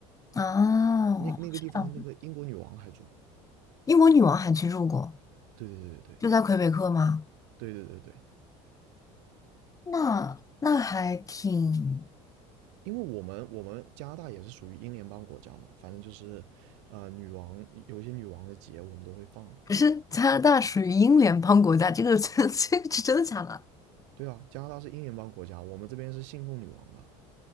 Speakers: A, on the left; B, on the right.
A: 哦，
B: 那那个地方那个英国女王还住过，
A: 这样英国女王还去住过。
B: 对对对
A: 就在魁北克吗？
B: 对对对对对对。
A: 那那还挺，
B: 因为我们我们加拿大也是属于英联邦国家嘛，反正就是，呃，女王有些女王的节我们都会放的。
A: 可是加拿大属于英联邦国家，这个真 <laughs> 这个是真的假的？
B: 对啊，加拿大是英联邦国家，我们这边是信奉女王的，